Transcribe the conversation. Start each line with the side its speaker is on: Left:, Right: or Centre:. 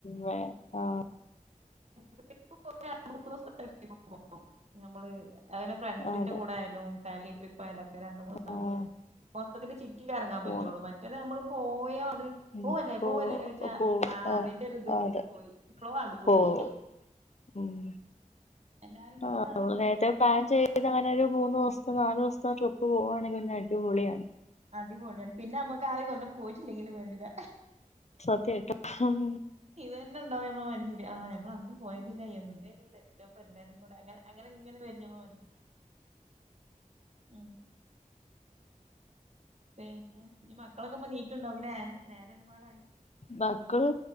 Left: വേ ആ
Right: ട്രിപ്പ് പോയ രണ്ട് മൂന്ന് ദിവസം <unintelligible> നമ്മള് അങ്ങനെ ഫ്രണ്ട്സിന്റെ
Left: അതെ
Right: കൂടെ ലും ഫാമിലിട്രിപ്പ് ആയാലൊക്കെ രണ്ടൂ മൂന്ന് ദിവസ ആകുമ്പോളെ
Left: ആഹ്
Right: മൊത്തത്തില് ചിറ്റി കറങ്ങാൻ
Left: പോണം
Right: പറ്റുള്ളൂ മറ്റേത് നമ്മള് പോയാത്
Left: ഉം
Right: പൂവല്ലേ
Left: പോ
Right: പൂവല്ലേന്ന് ചോദിച്ചാ
Left: പോ
Right: ആ
Left: ആഹ്
Right: അതിന്റെ ഒരു ഇത്
Left: അതെ
Right: പോയി ഫ്ലോആണ്ട് പോയി
Left: പോവും ഉം
Right: എല്ലാരും
Left: ആ
Right: കൂടെ
Left: നമ്മൾ
Right: ആകുമ്പോ
Left: നേര്ത്തെ പ്ലാൻ ചെയ്ത് അങ്ങനെ ഒരു മൂന്ന് ദിവസോ നാല് ദിവസോ ട്രിപ്പ് പോവാണെങ്കിൽ പിന്നെ അടിപൊളിയാണ്
Right: അടിപൊളിയാ പിന്നെ നമുക്ക് ആ ഒരു കൊല്ലം പോയിട്ടില്ലെങ്കിലും വേണ്ടില്ല
Left: സത്യായിട്ടും ഹം
Right: ഇത് തന്നെ ഉണ്ടാവും നമ്മളെ മനസ്സിൽ ആ ഞമ്മള് അന്ന് പോയതില്ല എന്തേയിരുന്നു സെറ്റപ്പ് എല്ലാരും കൂടെ അങ്ങനെ അങ്ങനെ ഇങ്ങനെ വരുംനമ്മള് മൻസ്സ്ക്ക് ഉം പിന്നെ ഇഞ്ഞി മക്കളൊക്കെ ഇപ്പൊ നീക്ണ്ടാവുലേ നേരഒരുപാടായി
Left: മക്കള്